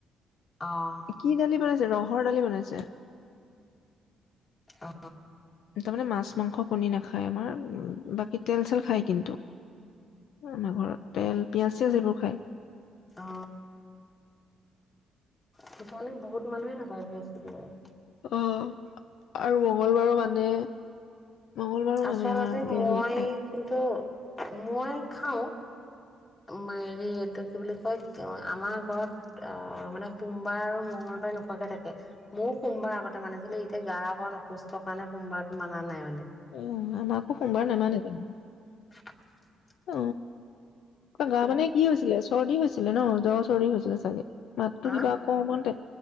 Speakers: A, on the left; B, on the left.
A: অ',
B: কি দালি বনাইছে ৰহ ৰহৰ দালি বনাইছে
A: অ
B: তাৰমানে মাছ মাংস কণী নাখায় আমাৰ বাকী তেল চেল খায় কিন্তু আমাৰ ঘৰত তেল পিয়াজ চিয়াজ এইেইবোৰ খায়
A: অ সিফালে বহুত মানুহে নাখায় বৃহস্পতিবাৰে
B: আহ আৰু মংগলবাৰো মানে মংগলবাৰো
A: আচলতে
B: মানে আমাৰ নিৰামিষ
A: মই
B: খায়।
A: কিন্তু মই খাও মৰি এটো কি বুলি কয় আমাৰ ঘৰত অ মানে সোমবাৰ আৰু মংলবাৰ নোকোৱাকে থাকে মই সোমবাৰ আগতে মানিছিলো এতিয়া গা অকণ অসুস্থৰ কাৰণে সোমবাৰতটো মানা নাই মানে
B: উহ আমাকো সোমবাৰ নামানে দেখুন
A: অ
B: অ আ গা মানে কি হৈছিলে চৰ্দি হৈছিলে ন জ্বৰৰ চৰ্দি হৈছিলে তাকে মাতো
A: হা
B: কিবা আকমানতে